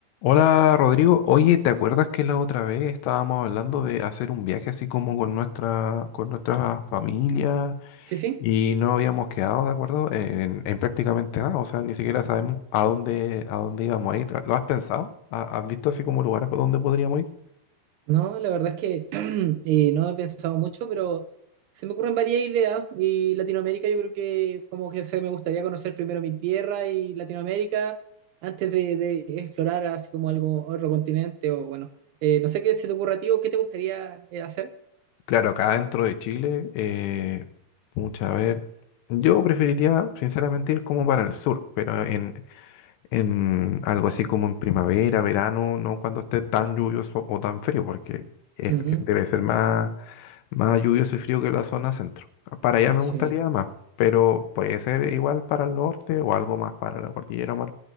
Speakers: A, on the left; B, on the right.
A: Hola Rodrigo, oye, ¿te acuerdas que la otra vez estábamos hablando de hacer un viaje así como con nuestra, con nuestra familia
B: Sí, sí.
A: y no habíamos quedado de acuerdo en, en prácticamente nada? O sea, ni siquiera sabemos a dónde, a dónde íbamos a ir. ¿Lo has pensado? ¿Ha- ¿Has visto así como lugares por donde podríamos ir?
B: No, la verdad es que <clears throat> eh, no he pensado mucho, pero se me ocurren varias ideas y Latinoamérica yo creo que como que se me gustaría conocer primero mi tierra y Latinoamérica antes de, de explorar así como algo, otro continente o bueno, eh, no sé qué se te ocurra a ti o qué te gustaría eh, hacer.
A: Claro, acá dentro de Chile, eh, mucha ver. Yo preferiría sinceramente ir como para el sur, pero en, en algo así como en primavera, verano, no cuando esté tan lluvioso o tan frío, porque es-
B: Ujú.
A: debe ser más, más lluvioso y frío que la zona centro. Para allá me
B: Sí.
A: gustaría más, pero puede ser igual para el norte o algo más para la cordillera, más,